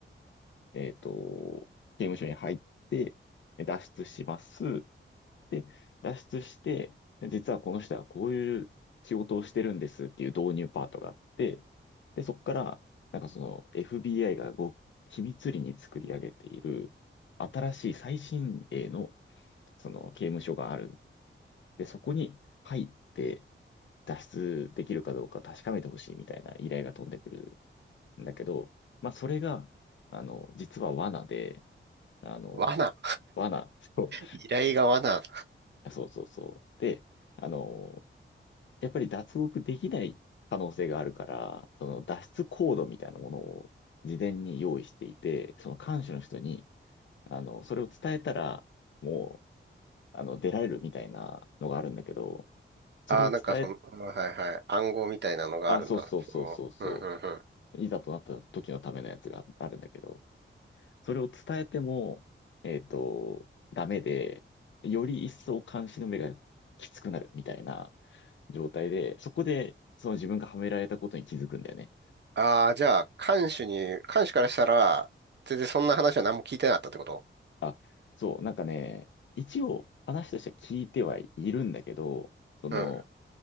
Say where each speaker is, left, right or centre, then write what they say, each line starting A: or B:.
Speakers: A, on the left; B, on the right.
A: えっと、刑務所に入って、脱出します。で、脱出して、実はこの人はこういう仕事をしてるんですっていう導入パートがあって、で、そこから、FBI がご秘密裏に作り上げている新しい最新鋭のその刑務所がある。で、そこに入って脱出できるかどうか確かめてほしいみたいな依頼が飛んでくるんだけど、まあそれが、あの、実は罠で、あの、
B: 罠。
A: 罠、そ
B: 依頼が罠。
A: う、そうそうそう。で、あの、やっぱり脱獄できない可能性があるから、その脱出コードみたいなものを事前に用意していて、その看守の人に、あの、それを伝えたら、もう、あの、出られるみたいなのがあるんだけど、それを伝え、
B: ああ、なんかその、うんはいはい、暗号みたいなのがあるんだ。
A: あ、そうそうそうそうそ
B: その、うんうんうん。
A: う、いざとなった時のためのやつがあるんだけど、それを伝えても、えっと、ダメで、より一層監視の目がきつくなるみたいな状態で、そこで、その自分がはめられたことに気づくんだよね。
B: ああ、じゃあ、看守に、看守からしたら、全然そんな話は何も聞いてなかったってこと
A: あ、そう、なんかね、一応話としては聞いてはいるんだけど、その、
B: うん。